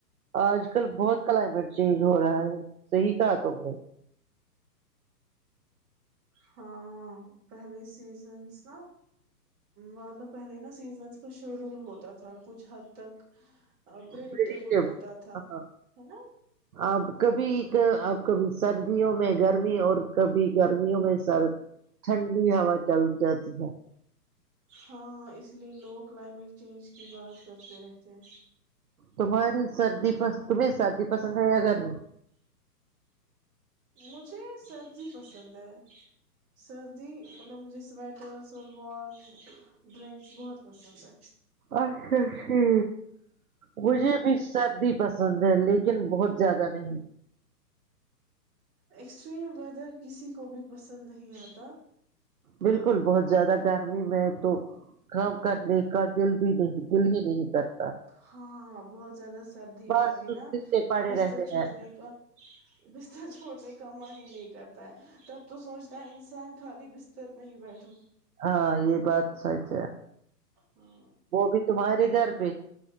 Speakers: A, on the right (about 60°); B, on the right (about 25°).
A: آج کل بہت کلائمیٹ چینج ہو رہا ہے صحی کہا ت نے
B: ہاں پہلے سیزنس نا مطلب پہلے نہا سیزنس کا شیڈول ہوتا تھا کچھ حد تک پرڈکٹیبل
A: پریڈکٹیو۔
B: ہوتا تھا
A: ہاں
B: ہے نا
A: آپ کبھی اب کبھی سردیوں میں گرمی اور کبھی گرمیوں میں سر ٹھنڈی ہوا چل جاتی ہے
B: ہاں اس لیے لوگ کلائمیٹ چینج کی بات کرتے رہتے ہیں
A: تمہاری سردی پس تمہیں سردی پسند ہے یا گھر میں
B: مجھے سردی پسند ہے سردی مطلب مجھے سویٹر سم ڈرنکس بہت پسند ہے
A: اچھا شی مھے بھی سردی پسند ہے لیکن بہت زیادہ نہیں
B: ایکسٹریم ویدر کسی کو بھی پسند نہیں آتا
A: بالکل بہت زیادہ گرمی میں تو کام کرنے کا دل بھی نہیں دل ہی نہیں کرتا
B: ہاںاں بہت زیادہ سردی
A: بس
B: میں اب
A: سستی
B: نا
A: سے پڑے
B: بستر
A: رہتے
B: چھوڑنے
A: ہیں
B: کا بستر چھوڑنے کا من ہی نہیں کرتا ہے تب تو سوچتا ہے انسان خالی بستر میں ہی بیٹھوں
A: ہاں یہ بات س اچ
B: ہاں
A: وہ بھی تمہارے گھر پ